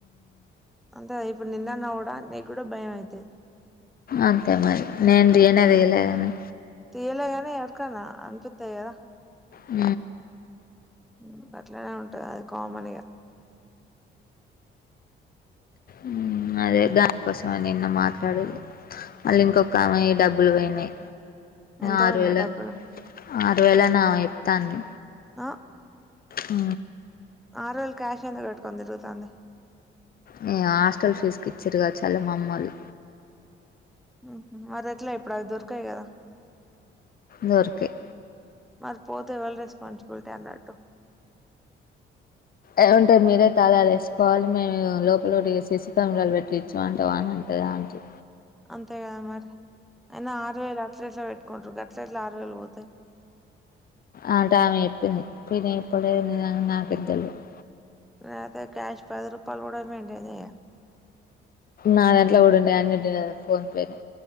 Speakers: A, in the centre; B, on the left.
A: అంతే గా ఇప్పుడు నిన్ను అన్న కూడా నీకు కూడా భయం అయితాది
B: అంతే మరి నేను దిగనే దిగ లే గాని
A: తీయలే గాని ఎవరి కన్నా అనిపితది కద
B: ఉ
A: ఉ అట్లనే ఉంటది అది కామన్ ఇగ
B: ఉ అదే దానికోసం నిన్న మాట్లాడిదు ఆళ్ల ఇంకొక ఆమే వీ డబ్బులు పోయినాయి
A: ఎంత
B: ఆరువేలు
A: పోయినాయి డబ్బులు
B: ఆరు వేలు అని ఆమె చెప్తాంది
A: ఆ
B: ఆ
A: ఆరు వేలు క్యాష్ ఎందుకు పెట్టు కొని తిరుగుతోంది
B: మే హాస్టల్ ఫీజు కి ఇచ్చిర్రు కాచు ఆళ్ల మామలు
A: ఉ మరి ఎట్లా ఇప్పుడు అవి దొరికాయి కదా
B: దొరికాయ్
A: మరి పోతే ఎవళ్ళ రెస్పాన్సిబిలిటీ అన్నట్టు
B: ఏమంటే మీరే తళాల వేసుకోవాలి మేము లోపలోటి ‌సిసీ కెమరాలు పెట్టిచ్చు అంటవానంతే గా అంటే
A: అంతే కదా మరి అయినా ఆరు వేలు అట్ల ఎట్ల పెట్టుకుంట్ర అట్ల ఎట్ల ఆరు వేలు పోతాయి
B: ఆంటే ఆమె చెప్పింది తినె ఇప్పుడు నేన్ <unintelligible>
A: లేతే క్యాష్ పది రూపాయలు కూడా మెయింటైన్ చెయ్యా
B: నా దాంట్లో కూడా ఉండె అన్ని ఫోన్ పేనె